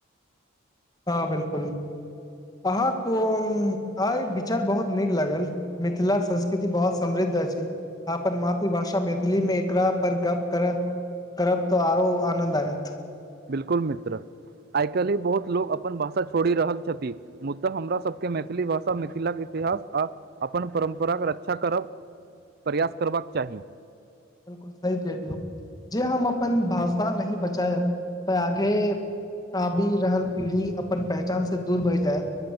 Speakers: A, on the left; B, on the right.
A: हँ बिल्कुल अहाँक अइ विचार बहुत नीक लागल मिथिला संस्कृति बहुत समृद्ध अछि अपन मातृभाषा मैथिली मे एकरा पर गप करह करब तऽ आरो आनन्द आयत
B: बिलकुल मित्र आइ काल्हि बहुत लोग अपन भाषा छोड़ि रहल छथि मुद्दा हमरा सबके मैथिली भाषा मिथिलाक इतिहास आ अपन परम्पराके रक्षा करब प्रयास करबाक चाहि
A: बिलकुल सही कहि लियौ जे हम अपन भाषा नहि बचायब तऽ आगे आबि रहल पीढ़ी अपन पहचान से दूर भहि जायत रह